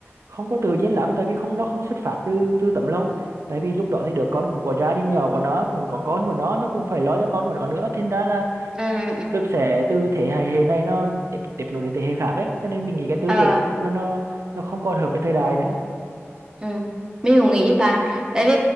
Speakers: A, on the right (about 80°); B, on the right (about 15°).
A: không có tự nhiên lắm tại vì không nó không xuất phát từ từ tấm lòng tại vì lúc đó thì đứa con cũng có gia đình nhỏ của nó cũng có con của nó nó cũng phải lo cho con của nó nữa thành ra là
B: ừ ừ
A: được sẽ từ thế hệ hệ này nó tiếp tiếp nối đến thế hệ khác ấy cho nên mình nghĩ cái tư
B: Ờ,
A: tưởng nó nó nó không còn hợp với thời đại nữa
B: ừ. mình cũng nghĩ với bạn tại vì